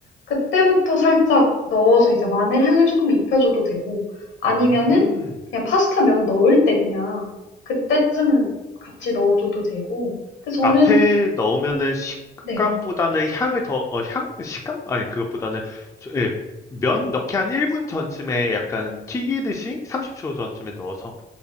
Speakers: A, on the left; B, on the left.
A: 그때부터 살짝 넣어서 이제 마늘 향을 조금 입혀줘도 되고, 아니면은
B: 음.
A: 그냥 파스타 면 넣을 때 그냥 그때쯤 같이 넣어줘도 되고, 근데 저는,
B: 앞에 넣으면은
A: 음,
B: 식감보다는
A: 네,
B: 향을 더, 어, 향? 식감? 아니, 그것보다는, 저- 예, 면 넣기 한 1분 전쯤에 약간 튀기듯이 30초 전쯤에 넣어서